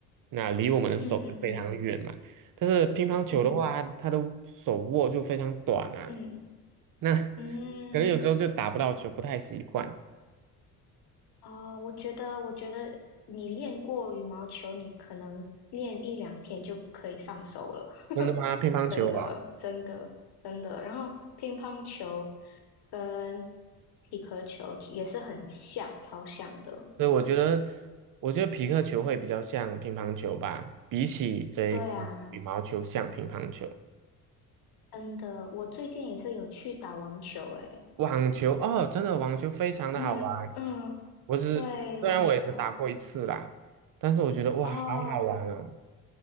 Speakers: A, on the right (about 50°); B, on the left (about 60°).
A: 那离我们的手就非常远嘛。
B: 嗯嗯嗯
A: 但是乒乓球的话，
B: 嗯
A: 它的手握就非常短啊，
B: 嗯
A: 那 <laughs>
B: 嗯，
A: 可能有时候就打不到球，不太习惯。
B: 哦，我觉得，我觉得你练过羽毛球，你可能练一两天就可以上手了，<laughs>
A: 真的吗？乒乓球啊？
B: 真的，真的，真的。然后乒乓球跟皮克球也是很像，超像的。
A: 所以我觉得，我觉得皮克球会比较像乒乓球吧，比起这个羽毛球像乒乓球。
B: 对啊，真的，我最近也是有去打网球，诶，
A: 网球哦，真的网球非常的好玩。
B: 嗯嗯，
A: 我只虽然我也只打过一次啦，
B: 对，网球，
A: 但是我觉得哇，
B: 哦，
A: 好好玩哦。